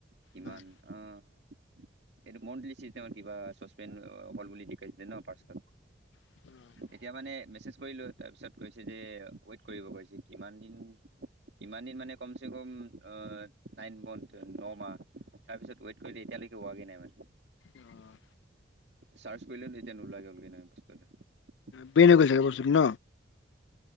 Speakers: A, on the right; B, on the left.
A: কিমান
B: হয়
A: আহ এইটো মন্থলি চিষ্টেম কিবা চচপেন হল বুলি দেখিছিলে ন পাছৱৰ্ড।
B: <inaudible>
A: তেতিয়া মানে মেছেজ কৰিলো তাৰপিছত কৈছে যে ৱেইট কৰিব কৈছে। কিমান দিন ইমান দিন মানে কমচে কম। অহ নাইন মন্থ ন মাহ। তাৰপিছত ৱেইট কৰিলে এতিয়া লৈকে হোৱা গে নাই মানে।
B: অ'।
A: চাৰ্চ কৰিলে তেতিয়া নোলোৱা হল গে এতিয়া ন বস্তু এটা।
B: বেন হৈ গৈছে বস্তুটো ন।